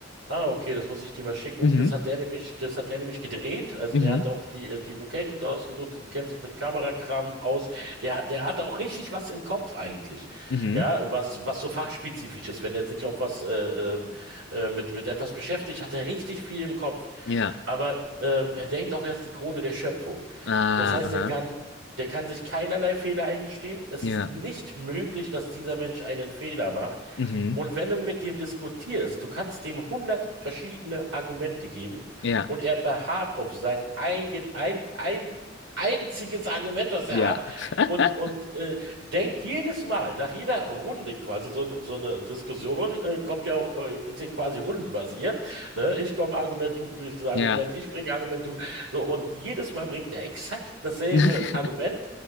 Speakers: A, on the right; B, on the left.
A: Ah, okay, das muss ich dir mal schicken.
B: Mhm.
A: Das hat der nämlich, das hat der nämlich gedreht. Also
B: Mhm.
A: der hat auch die, äh, die Locations ausgesucht und kennt sich mit Kamerakram aus. Der, der hat auch richtig was im Kopf eigentlich.
B: Mhm.
A: Ja, was, was so fachspezifisch ist. Wenn er sich auf was äh, ähm, äh, mit, mit etwas beschäftigt, hat er richtig viel im Kopf.
B: Ja.
A: Aber ähm, er denkt auch, er ist die Krone der Schöpfung.
B: Ah,
A: Das heißt,
B: aha.
A: er kann, der kann sich keinerlei Fehler eingestehen. Es
B: Ja.
A: ist nicht möglich, dass dieser Mensch einen Fehler macht.
B: Mhm.
A: Und wenn du mit dem diskutierst, du kannst dem hundert verschiedene Argumente geben
B: Ja.
A: und er beharrt auf sein eigen, ein, ein einziges Argument, was er
B: Ja.
A: hat
B: <laughs>
A: und, und äh, denkt jedes Mal, nach jeder Runde quasi, so, so eine Diskussion äh, kommt ja auch, äh, ist ja quasi rundenbasiert, ne? Ich komme Argument, du kriegst das Argument,
B: Ja.
A: ich bringe Argument, du, so und jedes Mal bringt er exakt dasselbe
B: <laughs>
A: Argument,